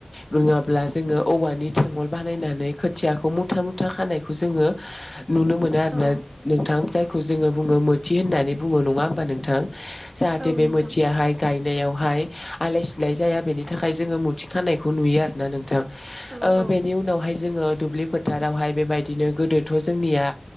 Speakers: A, on the left; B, on the right.
A: नंङाब्ला जोंङो औवानि थेंङल बानायनानै खोथियाखौ मुथा मुथा खानायखौ खौ जोंङो नुनो मोनो आरोना
B: औ
A: नोंथां जायखौ जोंङो बुंङो मोथि होननानै बुंङो नंङा होनब नोंथां जाहाथे
B: औ
A: बे
B: नोंथां
A: मोनथियाहाय गाय गायनायावहाय आलाय सिलाय जाया बेनि थाखाय जोंङो मुथि खानायखौ नुयो आरोना नोंथां।
B: औ
A: ओ
B: औ
A: बेनि उनावहाय जोंङो दुब्लि फोथारावहाय बेबायदिनो गोदोथ' जोंनिया